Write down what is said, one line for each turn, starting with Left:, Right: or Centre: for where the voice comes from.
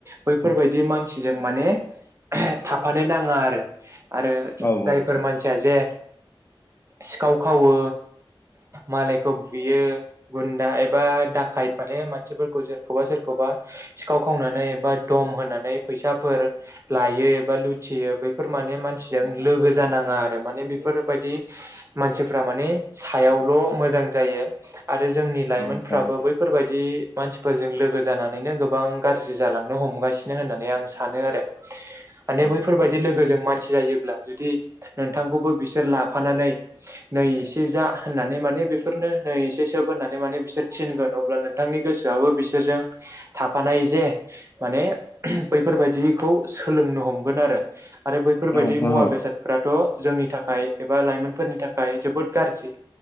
Right: बैफोरबायदि मानसिजों माने थाफानो नांङा आरो आरो
Left: होलाय
Right: जायफोर मानसिया जे सिखाव खावो मालायखौ बुयो गुन्दा एबा दाखाइट माने मानसिफोरखौ सोरखौबा सोर खौबा सिखाव खावनानै एबा दम होनानै फैसाफोर लायो एबा लुथियोब बेफोर माने मानसिजों लोगो जानाङा आरो माने बेफोर बायदि मानसिफोरा माने साइद नुनायावल' मोजां जायो आरो जोंनि लाइमोनफोराबो
Left: नोंथाङा
Right: बैफोरबायदि मानसिफोरजों लोगोज जानानैनो गोबां गारजि जालांनो हमगासिनो होननानै आं सानो आरो माने
Left: औ
Right: बैफोरबायदि लोगोजों मान जिरायोब्ला जुदि नोंथांखौबो बिसोर लाफानानै नै एसे जा होननानै माने बेफोरनो नै एसे सोब होननानै माने बिसोर थिनगोन अब्ला नोंथांनि गोसोआबो बिसोरजों थाफानाय जे माने बैफोरबायदिखौ सोलोंनो हमगोन आरो आरो बैफोरबायदि
Left: नोंथां
Right: मुवा
Left: औ नोंथां औ
Right: बेसादफोराथ' जोंनि थाखाय एबा लाइमोनफोरनि थाखाय जोबोद गारजि